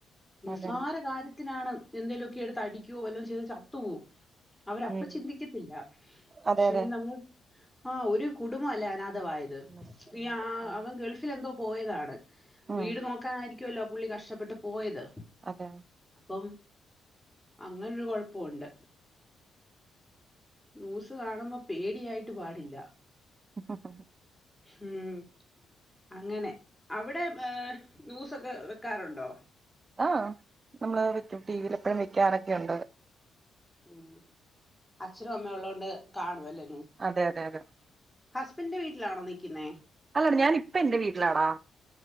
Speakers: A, in the centre; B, on the right.
A: നിസ്സാര
B: അതെ
A: കാര്യത്തിനാണ് എന്തേലുമ ഒക്കെ എടുത്ത് അടിക്കോ വല്ലോ ചെയ്ത് ചത്തുപോവും അവരപ്പ
B: ഉം
A: ചിന്തിക്കത്തില്ല
B: അതെ
A: പക്ഷെങ്ക
B: അതെ
A: നമ്മള് ആ ഒരു കുടുംബം അല്ല ായത്
B: നശിക്കുന്നത്
A: ഇ
B: ഉം
A: അവൻ ഗൾഫിൽ എന്തോ പോയതാണ്
B: ഉം
A: വീട് നോക്കാനായിരിക്കുമല്ലോ പുള്ളി കഷ വിട്ട് പോയത്
B: അതെ
A: അപ്പം അങ്ങനൊരു കുഴപ്പംണ്ട് ന്യൂസ് കാണുമ്പോ പേടിയായിട്ട് പാടില്ല
B: ഹഹ ഹ ഹ
A: ഹം അങ്ങനെ അവിടെ ർ ന്യൂസൊക്കെ വെക്കാറുണ്ടോ
B: ആ നമ്മള് വെക്കും ടിവിൽ എപ്പഴും വെക്കാറൊക്കെ ഉണ്ടത്
A: ഉം അച്ഛനും അമ്മയ ഉള്ളതത് കൊണ്ട് കാണുവല്ലേ
B: അതെ അതെ അതെ
A: ഹസ്ബൻഡന്റെ വീട്ടിലാണോ നിൽക്കുന്നേ
B: അല്ലാട ഞാൻ ഇപ്പ എൻറെ വീട്ടിലാടാ